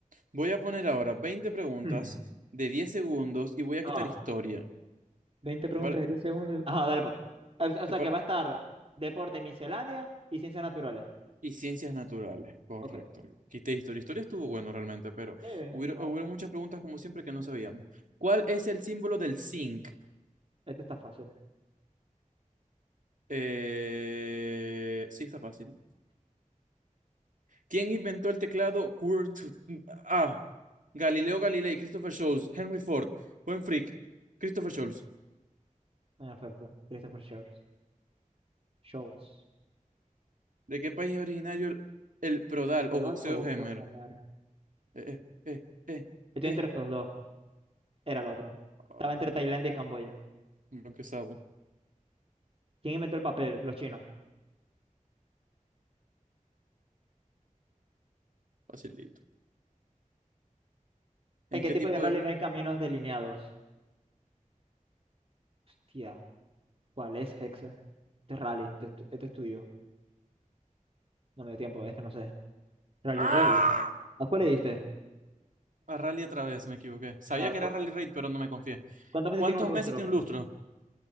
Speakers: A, on the right; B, on the right.
A: voy a poner ahora veinte preguntas
B: Mm.
A: de 10 segundos y voy a
B: Ah,
A: quitar historia.
B: ¿veinte preguntas
A: ¿Te pare-
B: de 10 segundos. Ah, dale pues. O, o
A: te
B: sea
A: par-
B: que va a estar deporte, miscelánea y ciencias naturales.
A: y ciencias naturales, correcto.
B: Ok.
A: Quité historia. Historia estuvo bueno realmente, pero
B: Sí, está
A: hubieron, hubieron
B: fácil.
A: muchas preguntas como siempre que no sabíamos. ¿Cuál es el símbolo del zinc?
B: Este está fácil.
A: Eh, sí, está fácil. ¿Quién inventó el teclado Kurt? A. Galileo Galilei, Christopher Scholes, Henry Ford, Buen Frick, Christopher Scholes.
B: No Me faltó. Christopher Shaws. Shows.
A: ¿De qué país es originario el, el prodal
B: ¿Perdón
A: o boxeo
B: o boxeo?
A: Hemer?
B: Ganar.
A: Eh, eh, eh,
B: Estoy
A: eh, eh.
B: entre estos dos. Era el otro.
A: Papi,
B: Estaba entre Tailandia
A: lo,
B: y Camboya.
A: lo que sabo.
B: ¿Quién inventó el papel? Los chinos.
A: Facilito.
B: ¿En
A: ¿En
B: qué
A: qué
B: tipo
A: tipo
B: de rally
A: de rally?
B: no hay caminos delineados? Tía. ¿Cuál es Hexa? Este es Rally, este, es tu- este es tuyo. No me dio tiempo, es que no sé. Rally
A: ¡Ah!
B: Rey. ¿A cuál le diste?
A: A rally otra vez, me equivoqué. Sabía
B: ¿A
A: que era
B: cu-
A: rally raid, pero no me confié.
B: ¿Cuántas veces
A: ¿Cuántos
B: tiene un lustro?
A: meses tiene un lustro?